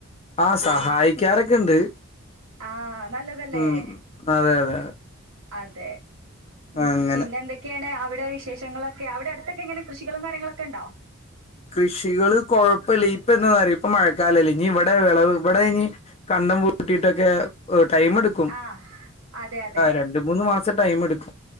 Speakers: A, on the left; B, on the right.
A: ആ സഹായിക്ക്യാറൊക്കെണ്ട്
B: ആഹ് ആഹ് നല്ലതല്ലേ?
A: ഉം അതെ അതെ
B: അതെ ഉം
A: അങ്ങനെ
B: പിന്നെ എന്തൊക്കെയാണ് അ അവിടെ വിശേഷങ്ങളൊക്കെ അവ്ടെ അടു ക്കെങ്ങനെ കൃഷികളും കാര്യങ്ങളൊക്കെ ണ്ടോ?
A: കൃഷികള് കൊഴപ്പില്ല. ഇപ്പ എന്നാന്നറിയോ ഇപ്പ മഴക്കാല ല്ലേ. ഞ്ഞി ഇവിടെ വെളവ്. ഇവടെ അയ്‌ന് കണ്ടം പൂട്ടിയിട്ടൊക്കെ ടൈം എടുക്കും.
B: ആഹ് അതെ അതെ
A: രണ്ട്, മൂന്ന് മാസം ടൈം എടുക്കും.